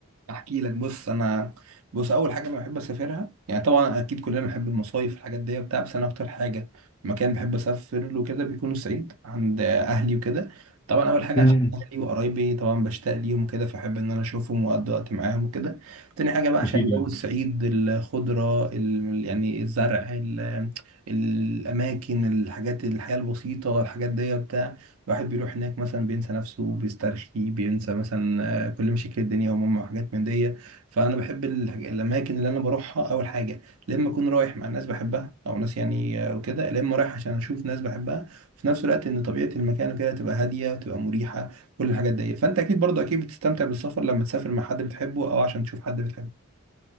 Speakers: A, on the right; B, on the left.
A: احكي لك بص انا بص اول حاجه انا بحب اسافرها يعني طبعا اكيد كلنا بنحب المصايف الحاجات دي وبتاع بس انا اكتر حاجه مكان بحب اسافر له كده بيكون الصعيد عند اهلي وكده طبعا اول حاجه
B: امم
A: عشان اهلي وقرايبي طبعا بشتاق ليهم وكده فاحب ان انا اشوفهم واقضي وقت معاهم وكده تاني حاجه بقى عشان
B: اكيد
A: جو
B: يعني
A: الصعيد الخضره ال... يعني الزرع ال... الاماكن الحاجات الحياه البسيطه الحاجات دي وبتاع الواحد بيروح هناك مثلا بينسى نفسه بيسترخي بينسى مثلا كل شكل الدنيا وماما وحاجات من دي فانا بحب الحاج- الاماكن اللي انا بروحها اول حاجه لا اما اكون رايح مع ناس بحبها او ناس يعني آه، وكده لا اما رايح عشان اشوف ناس بحبها في نفس الوقت ان طبيعه المكان وكده تبقى هاديه وتبقى مريحه كل الحاجات دي فانت اكيد برضه اكيد بتستمتع بالسفر لما تسافر مع حد بتحبه او عشان تشوف حد بتحبه